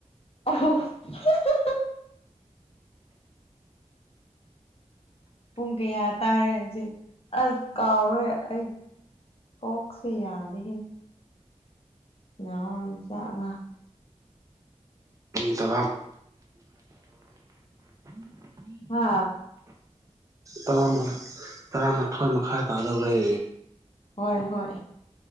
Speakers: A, on the left (about 50°); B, on the right (about 30°).
A: ꯑꯣ <unintelligible> ꯄꯨꯡ ꯀꯌꯥ ꯇꯥꯔꯦ ꯍꯨꯖꯤꯛ ꯑꯁ ꯀꯥꯎꯔꯦ ꯑꯩ ꯀꯣꯛꯁꯦ ꯌꯥꯗꯦꯍꯦ <unintelligible>
B: <unintelligible> ꯑꯁ
A: ꯍꯥ
B: ꯇꯔꯥ ꯇꯔꯥꯃꯥꯊꯣꯏ ꯃꯈꯥꯏ ꯇꯥꯗꯧꯔꯦ
A: ꯍꯣꯏ ꯍꯣꯏ